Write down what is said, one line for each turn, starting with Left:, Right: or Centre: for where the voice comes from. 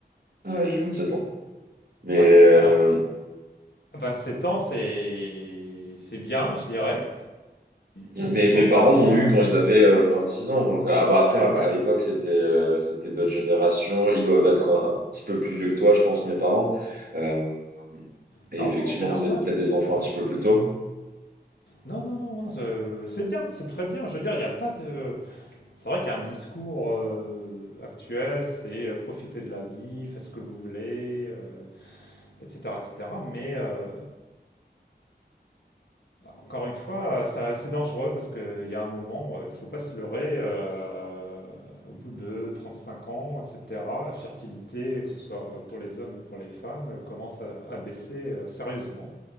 Right: Euh, j'ai 27 ans. Mais,
Left: Ouais.
Right: euh,
Left: Alors, 27 ans, c'est c'est bien, je dirais.
Right: Mm.
Left: Je dis,
Right: Mes,
Left: il faut
Right: mes
Left: pas
Right: parents
Left: attendre
Right: m'ont eu
Left: en
Right: quand
Left: fait.
Right: ils avaient euh, six ans. Donc, ah bah, après, à,
Left: Ouais.
Right: à l'époque, c'était euh, c'était d'autres générations. Ils doivent être un, un petit peu plus vieux que toi, je pense, mes parents. Euh,
Left: Non,
Right: et effectivement,
Left: non, c'est normal,
Right: vous êtes peut-être
Left: c'est
Right: des enfants
Left: normal.
Right: un petit peu plus tôt.
Left: Non, non, non, non, c'est c'est bien, c'est très bien. Je veux dire, il n'y a pas de. C'est vrai qu'il y a un discours euh, actuel, c'est euh, profiter de la vie, faites ce que vous voulez. euh, etc., etc. Mais euh, encore une fois, ça, c'est dangereux parce qu'il y a un moment, euh, il ne faut pas se leurrer. euh, au bout de 35 ans, etc., la fertilité, que ce soit euh, pour les hommes ou pour les femmes, euh, commence à, à baisser euh, sérieusement.